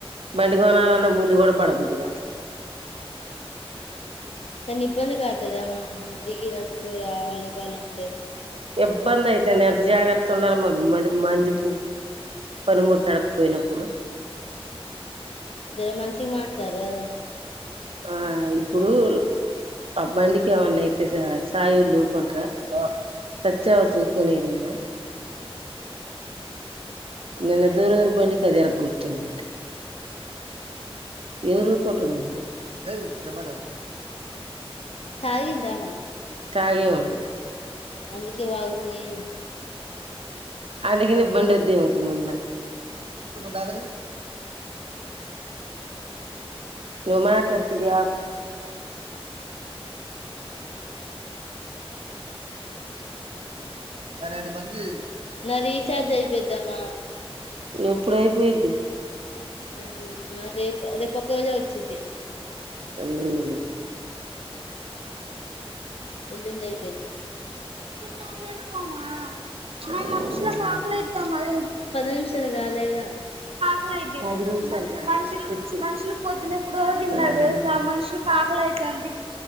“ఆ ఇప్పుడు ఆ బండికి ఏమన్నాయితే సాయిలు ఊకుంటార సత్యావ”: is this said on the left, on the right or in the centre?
Right